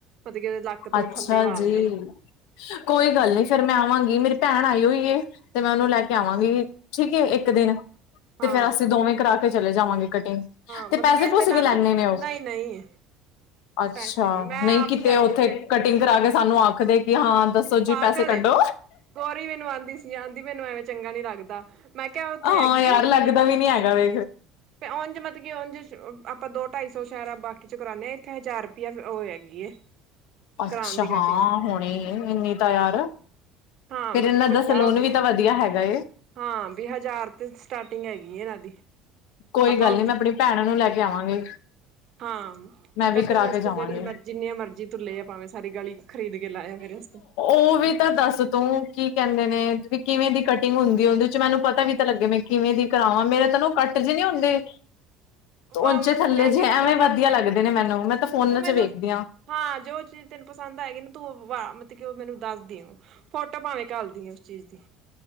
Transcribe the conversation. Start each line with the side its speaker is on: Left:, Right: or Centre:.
Right: ਮਤਲਬ ਕਿ ਉਹਦੇ ਲੱਕ ਤੋਂ
Left: ਅੱਛਾ
Right: ਥੱਲੇ ਵਾਲ
Left: ਜੀ,
Right: ਨੇ
Left: ਕੋਈ ਗੱਲ ਨੀ ਫੇਰ ਮੈਂ ਆਵਾਂਗੀ ਮੇਰੀ ਭੈਣ ਆਈ ਹੋਈ ਏ ਤੇ ਮੈਂ ਉਨੂੰ ਲੈ ਕੇ ਆਵਾਂਗੀ, ਠੀਕ ਏ ਇੱਕ ਦਿਨ
Right: ਹਾਂ-ਹਾਂ-ਹਾਂ
Left: ਤੇ ਫੇਰ ਅਸੀਂ ਦੋਵੇਂ ਕਰਾ ਕੇ ਚਲੇ ਜਾਵਾਂਗੇ। ਕਟਿੰਗ
Right: ਮਤਲਬ
Left: ਤੇ ਪੈਸੇ
Right: ਕਿ ਇਹਦੇ
Left: ਪੂਸੇ
Right: ਨਾਲ
Left: ਵੀ ਲੈਂਦੇ
Right: ਤਾਂ
Left: ਨੇ ਉਹ
Right: ਨਈ-ਨਈ
Left: ਅੱਛਾ
Right: ਪੈਸੇ ਨੀ ਮੈਂ
Left: ਨਈ, ਕਿਤੇ
Right: ਆਪ ਈ ਕਰਨੀ
Left: ਉੱਥੇ ਕਟਿੰਗ ਕਰਾ ਕੇ ਸਾਨੂੰ ਆਖਦੇ ਕਿ ਹਾਂ ਦੱਸੋ
Right: ਪਾਗਲ
Left: ਜੀ ਪੈਸੇ ਕੱਢੋ
Right: ਏ ਗੋਰੀ ਮੈਨੂੰ ਆੰਦੀ ਸੀ, ਆੰਦੀ ਮੈਨੂੰ ਐਵੇਂ ਚੰਗਾ ਨੀ ਲੱਗਦਾ ਮੈਂ ਕਿਆ, ਉੱਥੇ
Left: ਹਾਂ
Right: ਹੈਗੀ
Left: ਯਾਰ
Right: ਆ
Left: ਲੱਗਦਾ ਵੀ ਨੀ ਹੈਗਾ ਵੇਖ
Right: ਤੇ ਉੰਝ ਮਤਲਬ ਕੀ ਉੰਝ <unintelligible> ਆਪਾਂ ਦੋ ਢਾਈ ਸੌ ਸ਼ੈਰਾ ਬਾਕੀ ਚ ਕਰਾਨੇ <unintelligible> ਹਜ਼ਾਰ ਰੁਪਇਆ <unintelligible> ਉਹ ਹੈਗੀ
Left: ਅੱਛਾ
Right: ਕਰਾਣ ਦੀ ਕਟਿੰਗ
Left: ਹਾਂ ਹੁਣੇ ਇਨੀ ਤਾਂ ਯਾਰ।
Right: ਹਾਂ,
Left: ਫੇਰ
Right: ਮਤਲਬ
Left: ਇਹਨਾਂ
Right: ਕੀ
Left: ਦਾ
Right: ਵੱਡਾ
Left: ਸਲੂਨ
Right: ਹੋਵੇ
Left: ਵੀ
Right: ਨਾ,
Left: ਤਾਂ ਵਧੀਆ ਹੈਗਾ ਏ
Right: ਹਾਂ ਵੀ ਹਜ਼ਾਰ ਤੇ ਸਟਾਰਟ ਟਿੰਗ ਹੈਗੀ ਇਨਾਂ ਦੀ
Left: ਕੋਈ
Right: ਆਪਾਂ
Left: ਗੱਲ ਨੀ, ਮੈਂ ਪਣੀ ਭੈਣ ਨੂੰ ਲੈ ਕੇ ਆਵਾਂਗੀ
Right: ਹਾਂ
Left: ਮੈਂ ਵੀ
Right: ਕਟਿੰਗ
Left: ਕਰਾ ਕੇ
Right: ਆਸਤੇ
Left: ਜਾਵਾਂਗੀ
Right: ਜੜੀ ਮਰਜੀ ਜਿੰਨੀਆਂ ਮਰਜ਼ੀ ਤੂੰ ਲੈ ਆ ਭਾਵੇਂ, ਸਾਰੀ ਗਲੀ ਖਰੀਦ ਕੇ ਲੈਆ ਮੇਰੇ ਵਸਤੇ।
Left: ਊ ਵੀ ਤਾਂ ਦੱਸ ਤੂੰ ਕੀ ਕਹਿੰਦੇ ਨੇ ਵੀ ਕਿਵੇਂ ਦੀ ਕਟਿੰਗ ਹੁੰਦੀ, ਉਹਦੇ ਚ ਮੈਨੂੰ ਪਤਾ ਵੀ ਤਾਂ ਲੱਗੇ ਮੈਂ ਕਿਵੇਂ ਦੀ ਕਰਾਵਾਂ ਮੇਰਾ <unintelligible> ਕੱਟ ਜੇ ਨੀ ਹੁੰਦੇ
Right: <unintelligible>
Left: ਉੰਚੇ ਥੱਲੇ
Right: ਤੇ ਮੈਂ
Left: ਜੇ
Right: ਵੀਡੀਓ
Left: ਐਵੇਂ
Right: ਤੂੰ
Left: ਵਧੀਆ ਲੱਗਦੇ ਨੇ ਮੈਨੂੰ ਮੈਂ ਤਾਂ ਫੋਨਾਂ
Right: ਮੈਨੂੰ,
Left: ਚ ਵੇਖਦੀ
Right: ਹਾਂ ਜੋ ਚੀਜ਼ ਤੈਨੂੰ ਪਸੰਦ ਆਏਗੀ ਨਾ ਤੂੰ ਮਤ ਕਿ ਉਹ ਮੈਨੂੰ ਦੱਸਦੀ, ਆ ਫੋਟੋ ਭਾਵੇਂ ਘਾਲਦੀ ਆ ਉਸ ਚੀਜ਼ ਦੀ।